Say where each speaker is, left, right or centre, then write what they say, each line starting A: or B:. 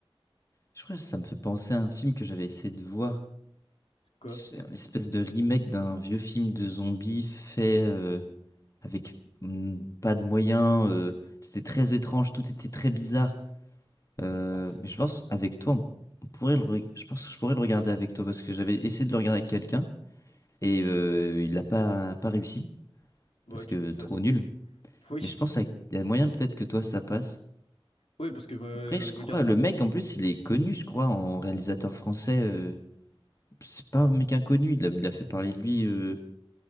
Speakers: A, on the left (about 35°); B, on the left (about 85°).
A: Je crois que ça me fait penser à un film que j'avais essayé de voir.
B: Quoi?
A: C'est une espèce de remake d'un vieux film de zombies fait euh, avec mm, pas de moyens. euh, c'était très étrange, tout était très bizarre. Euh,
B: What?
A: mais je pense avec toi, on, on pourrait le, reg- je pense que je pourrais le regarder avec toi parce que j'avais essayé de le regarder avec quelqu'un et euh, il n'a pas, pas réussi
B: Bah,
A: parce
B: ouais, tu
A: que
B: m'étonnes.
A: trop nul.
B: Oui,
A: Mais je pense avec- il y a moyen peut-être que toi ça passe.
B: oui, parce que euh,
A: Après, je
B: je
A: crois,
B: regarde vraiment.
A: le mec en plus, il est connu, je crois, en réalisateur français. euh, c'est pas un mec inconnu, il a, il a fait parler de lui. euh,